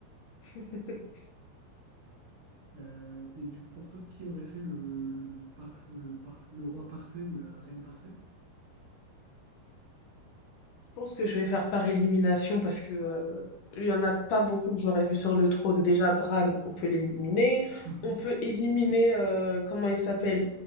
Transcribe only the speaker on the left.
<laughs>
Je pense que je vais faire par élimination parce que euh, il y en a pas beaucoup que j'aurais vu sur le trône. Déjà Bran, on peut l'éliminer.
On peut éliminer euh, comment il s'appelle